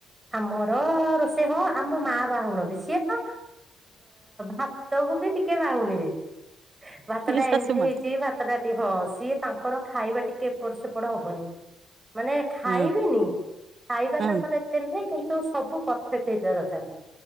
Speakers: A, on the right; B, on the right.
A: ଆମର ରୋଷେଇ ହ ଆମ ମା ବା ହଉ ନାହାନ୍ତି ସିଏ ତ ଭାତକୁ ବି ଟିକେ ବାହୁନିବେ ବି ଭାତ ଟା
B: ଶାଶୁ
A: ଏମିତି
B: ମା
A: ହେଇଛି ଭାତ ପାଞ୍ଚ ଜାତି ହଁ ସିଏ ତାଙ୍କର ଖାଇବା ଟିକେ ଏପଟ ସେପଟ ହବନି। ମାନେ ଖାଇବେନି
B: ହଁ
A: ଖାଇବା
B: ହଁ।
A: ତାଙ୍କର ଏତେ ନୁହେଁ କିନ୍ତୁ ସବୁ ପରଫେକ୍ଟ ହେଇଥିବା ଦରକାର